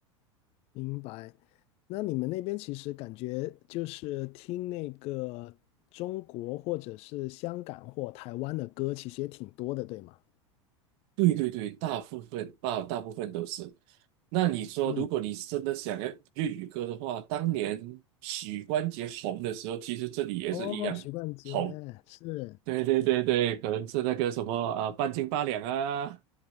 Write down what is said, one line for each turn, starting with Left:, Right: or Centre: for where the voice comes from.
Left: 明白。那你们那边其实感觉就是听那个中国或者是香港或台湾的歌，其实也挺多的，对吗？
Right: 对对对，大部分大大部分都是。那你说，
Left: 嗯，
Right: 如果你真的想要粤语歌的话，当年许冠杰红的时候，其实这里也是一样红。
Left: 哦，许冠杰是，
Right: 对对对对，可能是那个什么啊，半斤八两》啊，